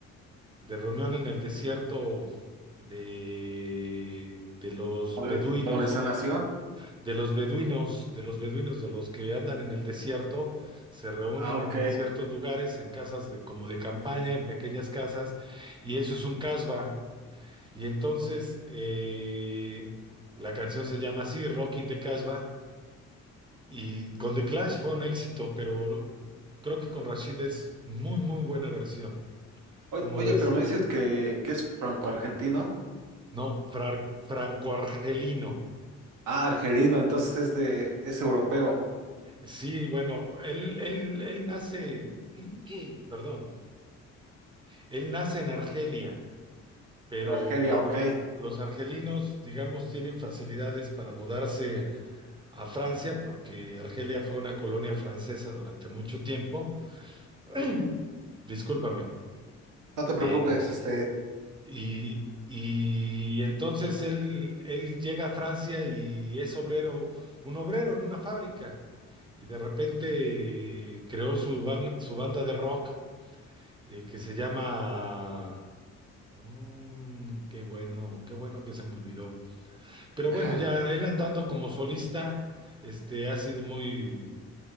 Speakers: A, on the right (about 15°); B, on the right (about 85°).
A: de reunión en el desierto de, de los
B: Como
A: beduinos,
B: de, como de Sanación.
A: de los beduinos, de los beduinos, de los que andan en el desierto, se reúnen
B: Ah, ok.
A: en ciertos lugares, en casas de, como de campaña, en pequeñas casas, y eso es un Casbah. Y entonces eh, la canción se llama así, Rockin' the Casbah, y con The Clash fue un éxito, pero creo que con Rashid es muy, muy buena versión.
B: Oye,
A: ¿Cómo
B: oye,
A: ves?
B: pero me dices que, que es franco-argentino.
A: No, frar- franco-argelino.
B: Ah, argelino, entonces es de, es europeo.
A: Sí, bueno, él, él, él nace, <clears throat> perdón, él nace en Argelia, pero
B: En Argelia,
A: l-
B: ok.
A: los argelinos, digamos, tienen facilidades para mudarse a Francia, porque Argelia fue una colonia francesa durante mucho tiempo. <clears throat> Discúlpame.
B: No te preocupes,
A: Eh,
B: este.
A: y, y entonces él, él llega a Francia y es obrero, un obrero en una fábrica. Y de repente eh, creó su, ban- su banda de rock eh, que se llama... Mm, qué bueno, qué bueno que se me olvidó. Pero
B: Ajá.
A: bueno, ya él andando como solista, este, ha sido muy,